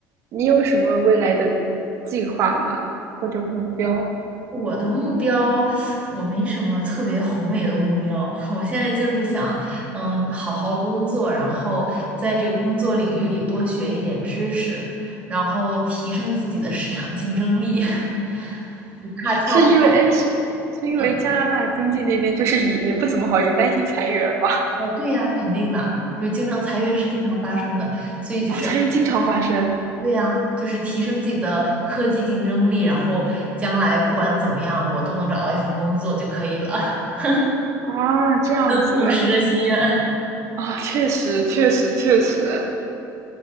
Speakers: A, on the right; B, on the right.
A: 你有什么未来的计划吗？或者目标？
B: 我的目标，我没什么特别宏伟的目标。<laughs> 我现在就是想，嗯，好好工作，然后在这个工作领域里多学一点知识，然后提升自己的市场竞争力，<laughs> 不怕跳槽。
A: 是因为哎，是是因为加拿大经济那边就是也也不怎么好，
B: 嗯，
A: 也担心裁员吗？
B: 哦，对呀，就是经常裁员是经常发生的，所以就是
A: <laughs> 哦，裁员经常发生
B: 对呀，就是提升自己的科技竞争力，然后将来不管怎么样，我都能找到一份工作就可以了。<laughs>
A: 啊，这样子
B: 很朴实的心愿。
A: 啊，确实确实确实，